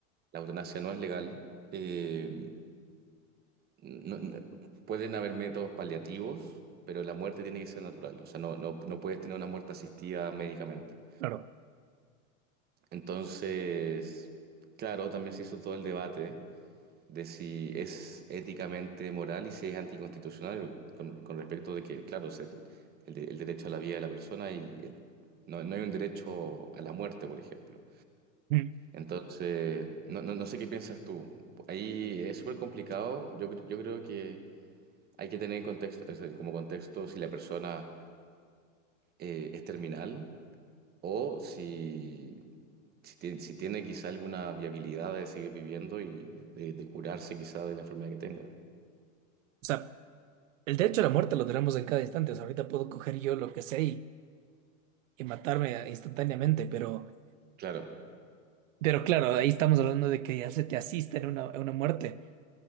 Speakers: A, on the right; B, on the right.
A: la eutanasia no es legal. eh, no- no- pueden haber métodos paliativos, pero la muerte tiene que ser natural. O sea, no, no, no puedes tener una muerte asistida médicamente.
B: claro.
A: Entonces, claro, también se hizo todo el debate de si es éticamente moral y si es anticonstitucional con, con respecto de que, claro, se- el, de- el derecho a la vida de la persona y el- no, no hay un derecho a la muerte, por ejemplo.
B: Mm.
A: Entonces, no, no, no sé qué piensas tú. Ahí es súper complicado. Yo, cre- yo creo que... Hay que tener en contexto, o sea, como contexto si la persona eh, es terminal o si, si, tiene, si tiene quizá alguna viabilidad de seguir viviendo y de, de- de curarse quizá de la enfermedad que tenga.
B: O sea, el derecho a la muerte lo tenemos en cada instante. O sea, ahorita puedo coger yo lo que sé y, y matarme instantáneamente, pero,
A: Claro,
B: pero claro, ahí estamos hablando de que ya se te asista en una, en una muerte.